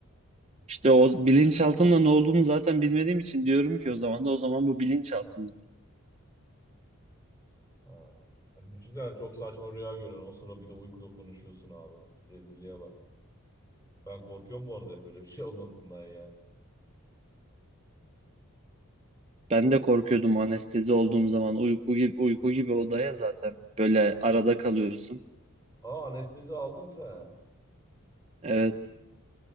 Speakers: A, on the right; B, on the left.
A: İşte o bilinçaltımda ne olduğunu zaten bilmediğim için diyorum ki o zaman da o zaman bu bilinçaltım.
B: Ha. Yani Düşünsene çok saçma rüya görüyorsun o sırada bir de uykuda konuşuyorsun abi. Rezilliğe bak. Ben korkuyorum bu arada hep öyle bir şey olmasından ya.
A: Ben de korkuyordum anestezi olduğum zaman uyku gibi uyku gibi odaya zaten böyle arada kalıyorsun.
B: Aa anestezi aldın sen.
A: Evet.